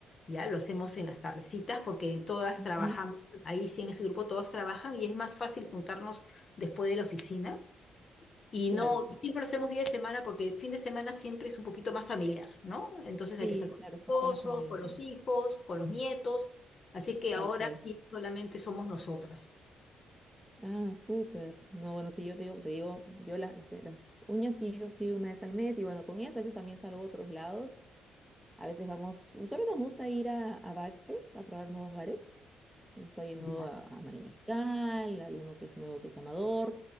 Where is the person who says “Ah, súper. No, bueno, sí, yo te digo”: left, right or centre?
Centre